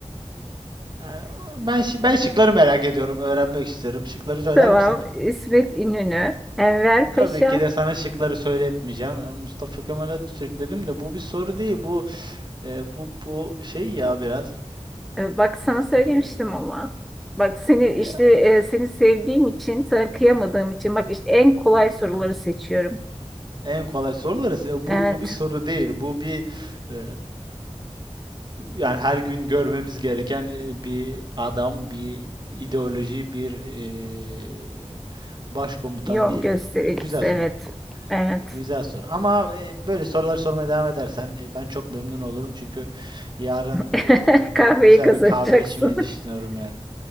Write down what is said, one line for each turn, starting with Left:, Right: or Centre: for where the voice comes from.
Right: yani ben şi- ben şıkları merak ediyorum, öğrenmek istiyorum. Şıkları söyler
Centre: devam.
Right: misin?
Centre: İsmet İnönü, Enver Paşa.
Right: Tabii ki de sana şıkları söyletmeyeceğim. E, Mustafa Kemal Atatürk dedim de bu bir soru değil. Bu e, bu bu şey ya biraz.
Centre: E, bak sana söylemiştim
Right: E,
Centre: ama. Bak seni işte
Right: ya.
Centre: e, seni sevdiğim için, sana kıyamadığım için. Bak işte en kolay soruları
Right: Ah,
Centre: seçiyorum.
Right: En kolay soruları. E,
Centre: Evet.
Right: Bu bu bir soru değil. Bu bir e, yani her gün görmemiz gereken e, bir adam, bir ideoloji, bir e, başkomutan
Centre: Yol
Right: diyelim.
Centre: göstericisi.
Right: E, Güzel
Centre: Evet.
Right: soru.
Centre: Evet.
Right: Güzel soru. Ama e, böyle sorular sormaya devam edersen e, ben çok memnun olurum. Çünkü yarın
Centre: <laughs>
Right: e,
Centre: Kahveyi
Right: güzel
Centre: kazanacaksın.
Right: bir kahve içmeyi düşünüyorum yani.